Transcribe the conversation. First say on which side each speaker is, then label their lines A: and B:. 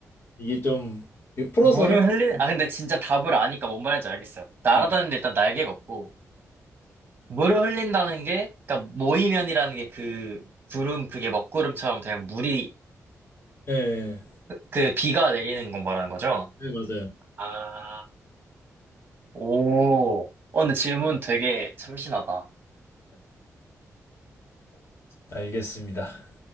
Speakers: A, on the left; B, on the right.
A: 이게 좀 이게 풀어서
B: 물을
A: 할까고
B: 흘린, 아, 근데 진짜 답을 아니까 뭔 말인지 알겠어요. 날아다니는데
A: 예,
B: 일단 날개가 없고, 물을 흘린다는 게, 그러니까 모이면이라는 게 그, 구름, 그게 먹구름처럼 되면 물이,
A: 예,
B: 그 비가 내리는 거 말하는 거죠?
A: 네, 맞아요.
B: 아 오. 어, 근데 질문 되게 참신하다.
A: 알겠습니다.